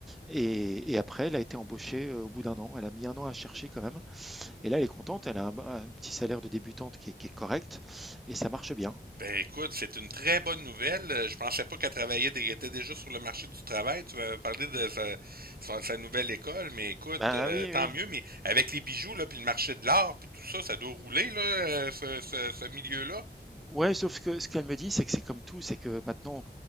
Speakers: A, in the centre; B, on the right.
A: Et, et après, elle a été embauchée euh, au bout d'un an. Elle a mis un an à chercher quand même. Et là, elle est contente, elle a un, un petit salaire de débutante qui est, qui est correct, et ça marche bien.
B: Ben écoute, c'est une très bonne nouvelle. Euh, Je pensais pas qu'elle travaillait, dé- était déjà sur le marché du travail. Tu m'avais parlé de sa, son- sa nouvelle école, mais écoute,
A: Ben
B: euh,
A: oui,
B: tant
A: oui.
B: mieux. Mais avec les bijoux là, puis le marché de l'art, puis tout ça, ça doit rouler là, euh, ce, ce- ce milieu-là.
A: Ouais, sauf que ce qu'elle me dit, c'est que c'est comme tout, c'est que maintenant,